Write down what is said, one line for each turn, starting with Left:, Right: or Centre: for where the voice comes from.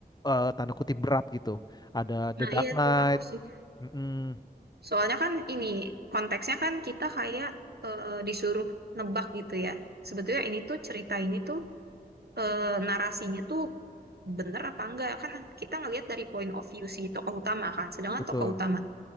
Left: eh, tanda kutip berat gitu. Ada The
Right: Nah,
Left: Dark
Right: iya
Left: Knight,
Right: tuh aku suka.
Left: mm-mm,
Right: Soalnya kan ini konteksnya kan kita kayak eh, disuruh nebak gitu ya. Sebetulnya ini tuh cerita ini tuh eh, narasinya tuh bener apa enggak kan kita ngelihat dari point of view si tokoh utama kan. Sedangkan
Left: betul.
Right: tokoh utama